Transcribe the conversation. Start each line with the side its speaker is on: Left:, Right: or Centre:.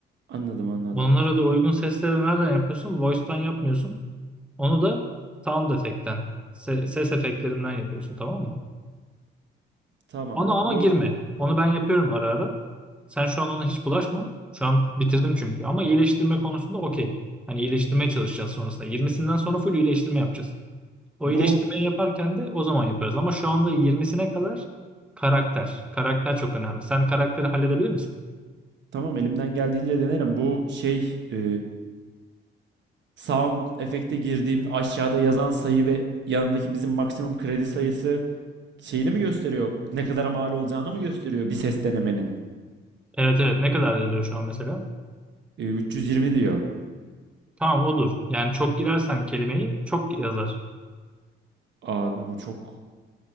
Right: Anladım, anladım.
Centre: Onlara da uygun sesleri nereden yapıyorsun? Voice'tan yapmıyorsun. Onu da sound effect'ten, se- ses efektlerinden yapıyorsun tamam mı?
Right: Tamamdır.
Centre: Ona ama
Right: Bu
Centre: girme. Onu ben yapıyorum ara ara. Sen şu an ona hiç bulaşma. Şu an bitirdim çünkü. Ama iyileştirme konusunda okey. Hani iyileştirmeye çalışacağız sonrasında. Yirmisinden sonra full iyileştirme yapacağız. O
Right: bu
Centre: iyileştirmeyi yaparken de o zaman yaparız. Ama şu anda yirmisine kadar karakter. Karakter çok önemli. Sen karakteri halledebilir misin?
Right: tamam elimden geldiğince denerim. Bu şey e, sound efekte girdiğimde aşağıda yazan sayı ve yanındaki bizim maksimum kredi sayısı şeyini mi gösteriyor? Ne kadar mal olacağını mı gösteriyor bir ses denemenin?
Centre: Evet evet ne kadar yazıyor şu an mesela?
Right: E, 320 diyor.
Centre: Tamam odur. Yani çok girersen kelimeyi çok yazar.
Right: Abi bu çok